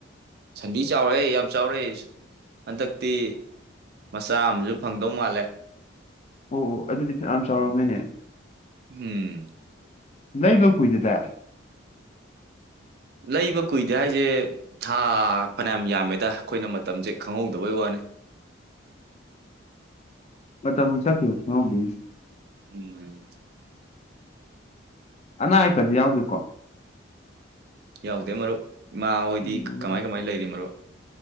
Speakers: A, on the right; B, on the left.
A: ꯁꯟꯗꯤ ꯆꯥꯎꯔꯦ ꯌꯥꯝ ꯆꯥꯎꯔꯦ ꯍꯟꯗꯛꯇꯤ ꯃꯆꯥ ꯑꯃꯁꯨ ꯐꯪꯗꯧ ꯃꯥꯜꯂꯦ
B: ꯑꯣ ꯑꯣ ꯑꯗꯨꯗꯤ ꯐ ꯌꯥꯝ ꯆꯥꯎꯔꯝꯃꯤꯅꯦ
A: ꯎꯝ
B: ꯂꯩꯕ ꯀꯨ ꯏꯗꯦꯗ
A: ꯂꯩꯕ ꯀꯨꯏꯗꯦ ꯍꯥꯏꯁꯦ ꯊꯥ ꯐꯅꯌꯥꯝ ꯌꯥꯝꯃꯦꯗ ꯑꯩꯈꯣꯏꯅ ꯃꯇꯝꯁꯦ ꯈꯪꯍꯧꯗꯕꯩ ꯋꯥꯅꯤ
B: ꯎ ꯑ ꯆꯊꯨ ꯈꯕꯤ
A: ꯎꯝꯝ
B: ꯑꯅꯥ ꯑꯌꯦꯛꯀꯗꯤ ꯌꯥꯎꯒꯦꯀꯣ
A: ꯌꯥꯎꯗꯦ ꯃꯔꯨꯞ ꯏꯃꯥꯍꯣꯏꯗꯤ
B: ꯎꯝ
A: ꯀꯃꯥꯏ ꯀꯃꯥꯏꯅ ꯂꯩꯔꯤ ꯃꯔꯨꯞ